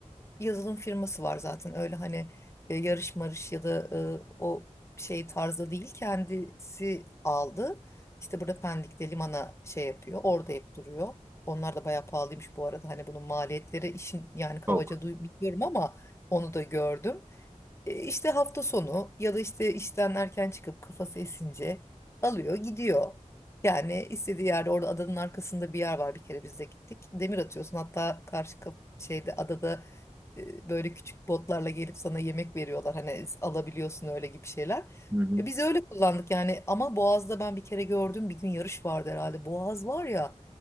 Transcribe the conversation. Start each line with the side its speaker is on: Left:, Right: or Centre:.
Left: yazılım firması var zaten. Öyle hani e, yarış marış ya da e, o şey tarzda değil. Kendisi aldı. İşte burada Pendik'te limana şey yapıyor. Orada hep duruyor. Onlar da bayağı pahalıymış bu arada. Hani bunun maliyetleri işin yani kabaca
Right: Çok.
Left: duy biliyorum ama onu da gördüm. E, İşte hafta sonu ya da işte işten erken çıkıp kafası esince alıyor gidiyor. Yani istediği yerde orada adanın arkasında bir yer var bir kere biz de gittik. Demir atıyorsun hatta karşı kap- şeyde adada e, böyle küçük botlarla gelip sana yemek veriyorlar. Hani alabiliyorsun öyle gibi şeyler.
Right: Hı hı.
Left: Ya biz öyle kullandık yani ama Boğaz'da ben bir kere gördüm bir gün yarış vardı herhalde. Boğaz var ya